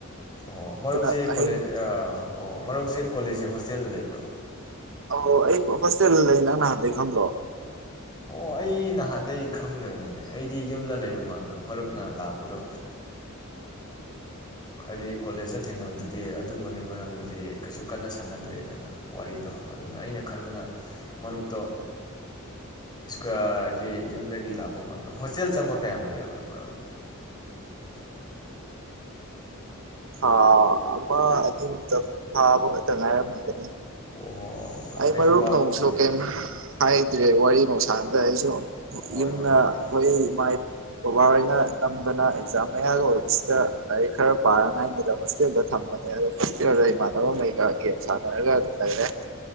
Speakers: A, on the left; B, on the right.
A: ꯑꯣ ꯃꯔꯨꯞꯁꯤ
B: ꯑꯗꯨꯅ
A: ꯀꯣꯂꯦꯖ
B: ꯑꯍꯤꯡ
A: ꯑꯥ ꯑꯣ ꯃꯔꯨꯞꯁꯤ ꯀꯣꯂꯦꯖꯀꯤ ꯍꯣꯁꯇꯦꯜꯗ ꯂꯩꯕ꯭ꯔꯣ
B: ꯑꯧ ꯑꯩ ꯍꯣꯁꯇꯦꯜꯗ ꯂꯩ ꯅꯪ ꯅꯍꯥꯟꯈꯩ ꯈꯪꯗꯔ꯭ꫭ
A: ꯑꯣ ꯑꯩ ꯅꯍꯥꯟꯗꯩ ꯈꯪꯗꯕꯅꯤꯅꯦ ꯑꯩꯗꯤ ꯌꯨꯝꯗ ꯂꯩꯕ ꯃꯥꯟꯕ ꯃꯔꯨꯞꯅ ꯂꯥꯛꯄꯗꯣ ꯍꯥꯏꯗꯤ ꯀꯣꯂꯦꯖꯇ ꯊꯦꯡꯅꯕꯗꯨꯗꯤ ꯑꯗꯨꯝꯕꯒꯤ ꯃꯔꯝꯗꯗꯤ ꯀꯩꯁꯨ ꯀꯟꯅ ꯁꯥꯟꯅꯗ꯭ꯔꯦꯗꯅ ꯋꯥꯔꯤꯗꯣ ꯑꯗꯨꯅ ꯑꯩꯅ ꯈꯟꯕꯅ ꯃꯔꯨꯞꯇꯣ <unintelligible> ꯍꯥꯏꯗꯤ ꯌꯨꯝꯗꯒꯤ ꯂꯥꯛꯄ ꯃꯥꯟꯕ ꯍꯣꯁꯇꯦꯜ ꯆꯪꯕ ꯀꯌꯥꯝ ꯀꯨꯏꯔꯕꯅꯣ ꯃꯔꯨꯞ
B: ꯊꯥ ꯑꯃ ꯑꯅꯤꯃꯨꯛꯇꯪ ꯐꯥꯕꯗ ꯉꯥꯢꯔꯝꯈꯤꯒꯅꯤ
A: ꯑꯣꯍꯣ
B: ꯑꯩ
A: ꯑꯩꯁꯨ
B: ꯃꯔꯨꯞ
A: ꯚꯥꯞ
B: ꯅꯣꯡꯁꯨ
A: ꯑꯣꯏꯁꯤꯟꯗꯕ
B: ꯀꯩꯝ ꯍꯥꯏꯗ꯭ꯔꯦ ꯋꯥꯔꯤ ꯅꯨꯡ ꯁꯥꯅꯗ ꯑꯩꯁꯨ
A: ꯍꯣꯏ
B: ꯌꯨꯝꯗ
A: ꯍꯣꯏ ꯍꯣꯏ
B: ꯑꯩꯈꯣꯏ ꯃꯥꯏ ꯕꯥꯕꯥꯍꯣꯏꯅ ꯅꯝꯗꯅ ꯑꯦꯛꯖꯥꯝ ꯃꯌꯥꯒ ꯑꯣꯏꯕꯁꯤꯗ ꯂꯥꯏꯔꯤꯛ ꯈꯔ ꯄꯥꯅꯉꯥꯏꯅꯤꯗ ꯍꯣꯁꯇꯦꯜꯗ ꯊꯝꯕꯅꯦ ꯑꯗꯣ ꯍꯣꯁꯇꯦꯜꯗ ꯏꯃꯥꯟꯅꯕꯉꯩꯒ ꯒꯦꯝ ꯁꯥꯟꯅꯔꯒ ꯑꯗꯨꯝ ꯂꯩꯔꯦ